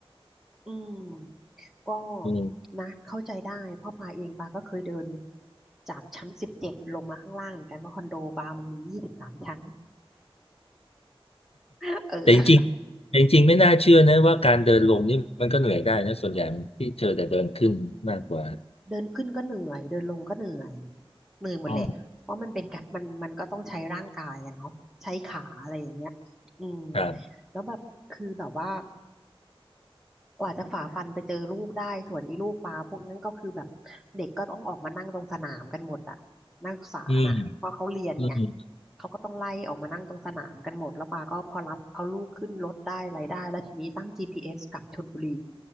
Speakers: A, in the centre; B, on the left.
A: อืม ก็
B: อืม
A: นะเข้าใจได้เพราะปาเองปาก็เคยเดินจากชั้นสิบเจ็ดลงมาข้างล่างเหมือนกันเพราะคอนโดปามันมียี่สิบสามชั้น <laughs> เออ
B: แต่จริงๆแต่จริงๆไม่น่าเชื่อนะว่าการเดินลงนี่มันก็เหนื่อยได้นะส่วนใหญ่มันที่เจอแต่เดินขึ้นมากกว่า
A: เดินขึ้นก็เหนื่อยเดินลงก็เหนื่อยเหนื่อยหมดแหละเพราะมันเป็นการมันมันก็ต้องใช้ร่างกายอะเนาะใช้ขาอะไรอย่างเงี้ยอืม
B: อ๋อครับ
A: แล้วแบบคือแบบว่า กว่าจะฝ่าฟันไปเจอลูกได้ส่วนอีลูกปลาพวกนั้นก็คือแบบเด็กก็ต้องออกมานั่งตรงสนามกันหมดอะนักศึกษาน่ะเพราะเขาเรียนไง
B: อืมอืม
A: เขาก็ต้องไล่ออกมานั่งตรงสนามกันหมดแล้วปาก็พอรับเอาลูกขึ้นรถได้อะไรได้แล้วทีนี้ตั้ง GPS กลับชลบุรี